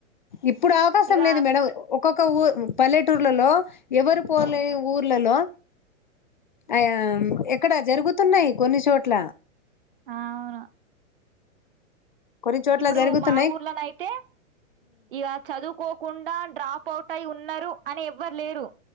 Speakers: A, on the left; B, on the right.
A: ఇప్పుడు అవకాశం
B: ఇక
A: లేదు మేడం ఒక్కొ ఒక ఊర్ పల్లెటూర్లలో ఎవరు పోలే ఊర్లలో అయా ఇక్కడ జరుగుతున్నాయి కొన్ని చోట్ల
B: ఆవును
A: కొన్ని చోట్ల
B: ఇప్పుడు
A: జరుగుతున్నాయి
B: మా ఊర్లనయితే ఇక చదువుకోకుండా డ్రాప్ అవుట్ అయి ఉన్నారు అని ఎవ్వర్ లేరు